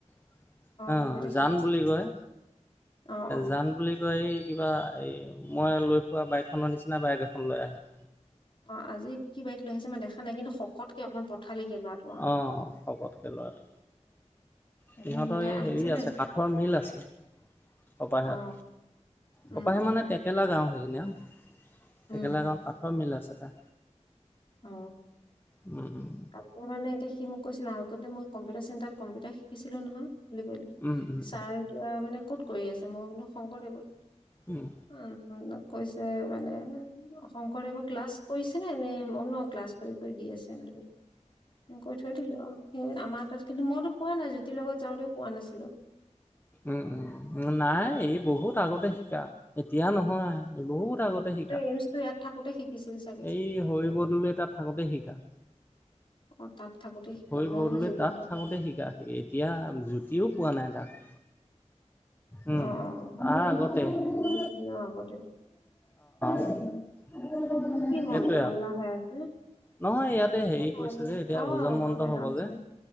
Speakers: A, on the left; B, on the left.
A: <inaudible> অ,
B: কম্পিউটাৰ
A: জান
B: শিকিছিলে
A: বুলি কয়,
B: অ অ
A: জান বুলি কয়, এই কিবা এই মই লৈ, ফুৰা বাইকখনৰ, নিচিনা বাইক এখন লৈ আহে।
B: অ, আজি কি বাইক লৈ আহিছে, মই দেখা নাই কিন্তু শকতকে অকমান পঠালিকে ল'ৰাটো আও
A: অ, শকতকে লৰাটো,
B: অ
A: সিহঁতৰ
B: সি মানে
A: এই
B: আহিছিলে
A: হেৰি আছে, কাঠৰ মিল আছে কপহেট,
B: অ উম
A: কপাহে
B: উম
A: মানে থেকালা গাঁও। <unintelligible> থেকেলা
B: উম
A: গাওঁ, কাঠৰ মিল আছে। <inaudible>
B: অ।
A: উম,
B: আকৌ, মানে এতিয়া সি মোক কৈছিল, আগতে মই কম্পিটাৰ চেণ্টাৰত কম্পউটাৰ শিকিছিলো নহয়। বুলি কলে,
A: উম, উম,
B: ছাৰ এতিয়া মানে ক'ত কৰি আছে, মইলো শংকৰদেৱত।
A: উম,
B: উম, কৈছে। ৰে মানে শংকৰদেৱৰ ক্লাছ কৰিছে নে, এনে ক্লাছ কৰি-কৰি দি আছে বুলি কলোঁ। কৈ থৈ দিলো আৰু। সেই আমাৰ তাত, কিন্তু মইতো পোৱা নাই, জ্যোতিৰ লগত যাওঁতে, পোৱা নাছিলো।
A: উম-উম, নাই এই, বহুত আগতে শিকা, এতিয়া নহয়। বহুত আগতে শিকা,
B: এইমছটো ইয়াত থাকোতে শিকিছিল চাগে
A: এই হৰি বৰদলৈ তাত থাকতে শিকা।
B: অ, তাত। থাকোতে শিকা
A: হৰি
B: মই
A: বৰদলৈ
B: বোলো জীতেন্দ্ৰ
A: তাত থাকোতে শিকা, এতিয়া জুতিও পোৱা নাই তাক। উম,
B: অ অ অ,
A: তাৰ আগতে অ-অ,
B: বহুত দিনৰ আগতে
A: সেইটোয়ে
B: উম। কি ভাল
A: আৰু
B: হাল্লা হৈ আছে
A: নহয়, ইয়াতে হেৰি
B: ইয়াত
A: কৈছে
B: হাল্লা হৈছে
A: যে এতিয়া
B: অ
A: ভোজন মন্ত
B: এনাউন্সমেন্ট
A: হ'ব যে,